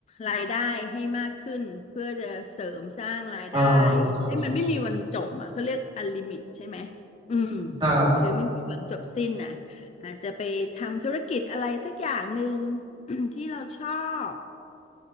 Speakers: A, on the left; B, on the right.
A: รายได้ให้มากขึ้นเพื่อจะเสริมสร้างรายได้
B: อ่าใช่ใช่ใช่
A: ให้มันไม่มีวันจบอ่ะเขาเรียกอั l ลิมิตใช่ไหมอืม
B: ใช่
A: คือไม่มีวันจบสิ้นอ่ะอาจจะไปทำธุรกิจอะไรสักอย่างหนึ่ง <clears throat> ที่เราชอบ